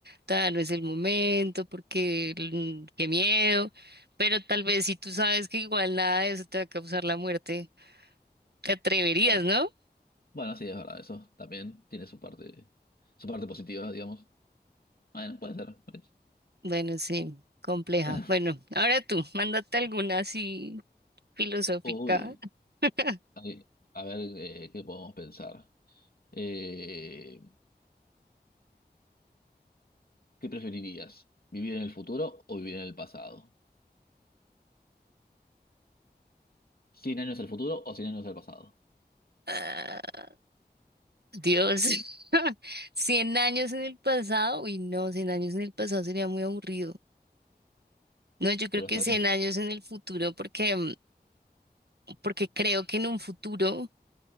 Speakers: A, on the right; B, on the left.
A: todavía no es el momento, porque mm, qué miedo. Pero tal vez si tú sabes que igual nada de eso te va a causar la muerte, te atreverías,
B: Bueno,
A: ¿no?
B: bueno, sí, es verdad, eso también tiene su parte, su parte positiva, digamos. Bueno, puede ser. pues.
A: Bueno, sí, compleja.
B: <laughs>
A: Bueno, ahora tú, mándate alguna así filosófica.
B: Uy,
A: <laughs>
B: ay, a ver, eh, ¿qué podemos pensar? Eh, ¿qué preferirías? ¿Vivir en el futuro o vivir en el pasado? cien años al futuro o 100 años al pasado.
A: Ah, Dios, <laughs> 100 años en el pasado, uy, no, 100 años en el pasado sería muy aburrido. No, yo creo
B: Pero
A: que
B: sabría.
A: 100 años en el futuro, porque, mm, porque creo que en un futuro